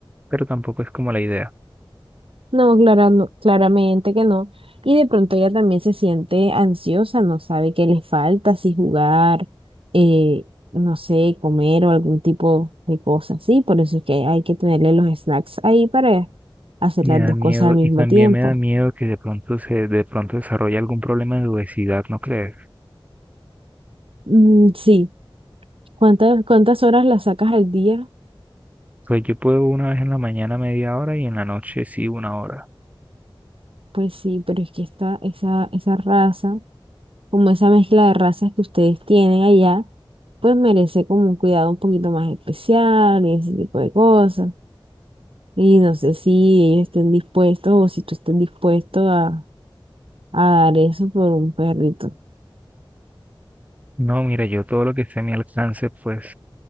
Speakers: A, on the right (about 15°); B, on the right (about 90°).
A: pero tampoco es como la idea.
B: No, clara- no, claramente que no. Y de pronto ella también se siente ansiosa, no sabe qué le falta, si jugar, eh, no sé, comer o algún tipo de cosa así. Por eso es que hay que tenerle los snacks ahí para hacer
A: Me
B: las
A: da
B: dos
A: miedo,
B: cosas al mismo
A: y también
B: tiempo.
A: me da miedo que de pronto se, de pronto desarrolle algún problema de obesidad, ¿no crees?
B: Mm, sí, ¿cuántas, cuántas horas la sacas al día?
A: Pues yo puedo una vez en la mañana media hora y en la noche sí una hora.
B: Pues sí, pero es que esta, esa, esa raza. como esa mezcla de razas que ustedes tienen allá, pues merece como un cuidado un poquito más especial y ese tipo de cosas. Y no sé si ellos estén dispuestos o si tú estén dispuesto a, a dar eso por un perrito.
A: No, mira, yo todo lo que esté a mi alcance, pues